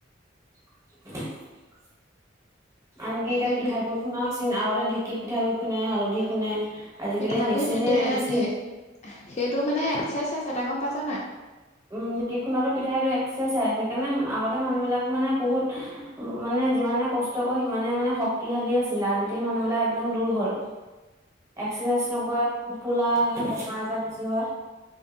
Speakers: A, on the right; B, on the left.
A: <unintelligible> আনকি এতিয়া
B: সেইটোৱে।
A: পিঠাগুৰি খুন্দাও মেচিন আগতে ঢেঁকীত পিঠাগুৰি খুন্দে, হালধি খুন্দে আজিকালি
B: পিঠাগুৰিত
A: মেচিনে
B: ধেৰ
A: মেচিন
B: ধেৰ সেইটো মানে এক্সাৰচাইজ এটা গম পাইছা নাই?
A: উম ঢেকি খুন্দা পিঠাইটো এক্সেচাইজ সেইকাৰণে আগতে মানুহবিলাক মানে বহুত মানে যিমানে কষ্ট কৰে সিমানে মানে শক্তিশালী আছিলে আজিকালি মানুহবিলাক একদম দুৰ্বল। এক্সাৰচাইজ নকৰে পোপোলা সেই কাৰণে বেমাৰ আজাৰ বেছি হয়।